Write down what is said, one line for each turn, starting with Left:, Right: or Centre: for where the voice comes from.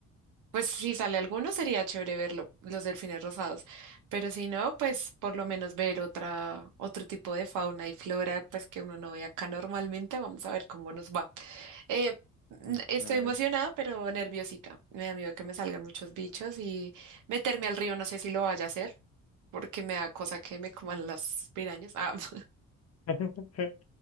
Right: pues si sale alguno sería chévere verlo, los delfines rosados. Pero si no, pues por lo menos ver otra, otro tipo de fauna y flora, pues que uno no ve acá normalmente. Vamos a ver cómo nos va. Eh, n-
Left: Sí.
Right: estoy
Left: Claro.
Right: emocionada, pero nerviosita. Me da miedo que me salgan muchos bichos y meterme al río, no sé si lo vaya a hacer, porque me da cosa que me coman las pirañas. Ah, <laughs>
Left: <laughs>